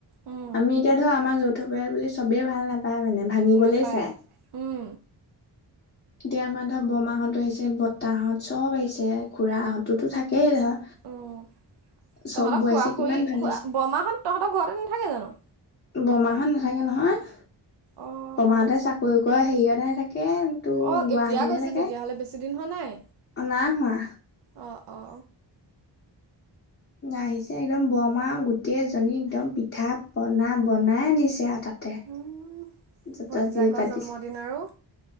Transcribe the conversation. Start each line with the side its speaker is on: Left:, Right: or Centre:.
Right: উম
Left: আমি- এতিয়া ধৰ আমাৰ যৌথ পৰিয়াল বুলি চবেই ভাল নাপায় মানে ভাঙিবলৈই
Right: নেপায়
Left: চায়।
Right: উম
Left: এতিয়া আমাৰ ধৰ বৰমাহঁতো আহিছে বতাহঁত চব আহিছে খুৰাহঁতোতো থাকেই ধৰ।
Right: উম,
Left: চববোৰ
Right: তহঁতক খুৰা
Left: আহিছে কিমান
Right: খুৰী
Left: ভাল
Right: খুৰা
Left: লাগিছে
Right: বৰমাহঁত তহঁতৰ ঘৰতে নাথাকে জানো?
Left: বৰমাহঁত নাথাকে নহয়,
Right: অঁ
Left: বৰমাহঁতে
Right: অঁ
Left: চাকৰি কৰে হেৰিয়তে থাকে তোৰ
Right: অ'
Left: গুৱাহাটীতহে
Right: এতিয়া গৈছে
Left: থাকে
Right: তেতিয়াহলে বেছি দিন হোৱা নাই,
Left: নাই হোৱা
Right: অ', অ'
Left: আহিছে একদম বৰমা গোটেই এজনী একদম পিঠা পনা বনাই আনিছে আৰু তাতে
Right: ভতিজাকৰ
Left: জত যি পাতিছে
Right: জন্মদিন আৰু